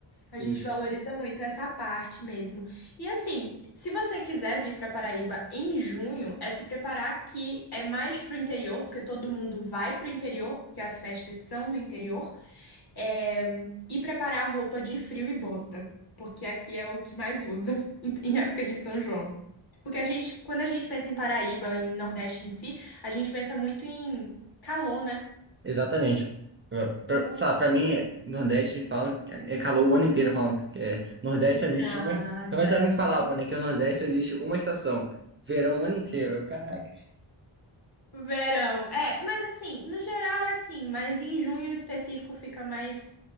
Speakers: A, on the left; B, on the right.
A: A
B: Isso.
A: gente valoriza muito essa parte mesmo. E assim, se você quiser vir para Paraíba em junho, é se preparar que é mais pro interior, porque todo mundo vai pro interior, porque as festas são do interior. É, e preparar roupa de frio e bota, porque aqui é o que mais usa <laughs> em em época de São João. Porque a gente, quando a gente pensa em Paraíba, em Nordeste em si, a gente pensa muito em calor, né?
B: Exatamente. Pra, pra-
A: Então,
B: sabe, pra mim, é- Nordeste fala, é calor o ano inteiro falando que é, Nordeste só
A: nada.
B: existe uma. Talvez alguém falava, né, que o Nordeste só existe uma estação, verão o ano inteiro. Eu, Caraca.
A: Verão. É, mas assim, no geral é assim, mas em junho em específico fica mais